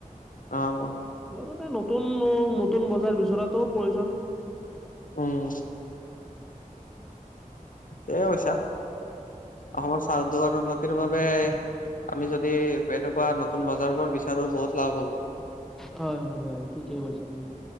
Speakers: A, on the left; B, in the centre.
A: অ', অ',
B: লগতে নতুন মৌ নতুন বজাৰ বিচৰাটোও প্ৰয়োজন',
A: অ', ঠিকে কৈছা, অসমৰ চাহ উদ্যোগৰ উন্নতিৰ বাবে', আমি যদি এনেকুৱা নতুন বজাৰ বোৰ বিচাৰোঁ বহুত লাভ হ'ব',
B: হয় মনয যায় ঠিকে কৈছা তুমি